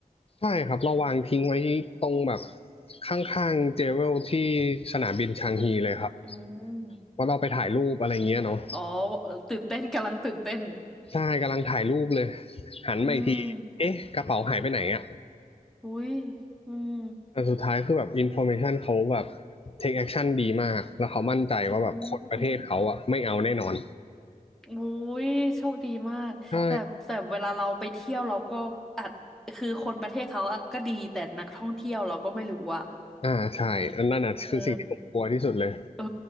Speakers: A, on the left; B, in the centre.
A: ใช่ครับเราวางทิ้งไว้ตรงแบบข้างๆเจเวลที่สนามบินชางฮีเลยครับ
B: จิวอืม
A: เพราะเราไปถ่ายรูปอะไรเงี้ยเนาะ
B: อ๋อตื่นเต้นกำลังตื่นเต้น
A: ใช่กำลังถ่ายรูปเลยหันมาอีกทีเอ๊ะกระเป๋าหายไปไหนอะ
B: อืมอุ๊ยอืม
A: แต่สุดท้ายคือแบบอินโฟอร์เมชันเขาแบบเทคแอคชั่นดีมากแล้วเขามั่นใจว่าแบบคนประเทศเขาอะไม่เอาแน่นอน
B: อืม อุ้ยโชคดีมากแต่แต่เวลาเราไปเที่ยวเราก็อาจคือคนประเทศเขาอะก็ดีแต่นักท่องเที่ยวเราก็ไม่รู้อะ
A: ใช่ อ่าใช่อันนั่นน่ะคือสิ่งที่ผมกลัวที่สุดเลย
B: เออเออ